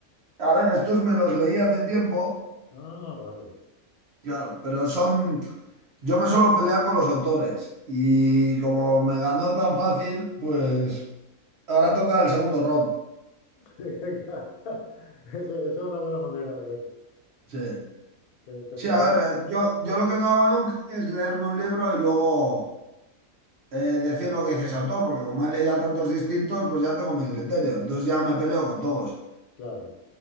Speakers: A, on the right (about 55°); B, on the left (about 80°).
A: A ver, estos me los leí hace tiempo,
B: Ah, vale.
A: claro, pero son... Yo me suelo pelear con los autores y como me ganó tan fácil, pues ahora toca el segundo round.
B: <laughs> Eso, eso es una buena manera de verlo.
A: Sí.
B: Te, te
A: Sí,
B: peleas
A: a ver, eh, yo, yo lo que no hago nunca es leerme un libro y luego eh, decir lo que dice ese autor, porque como he leído a tantos distintos, pues ya tengo mi criterio. Entonces ya me peleo con todos.
B: Claro.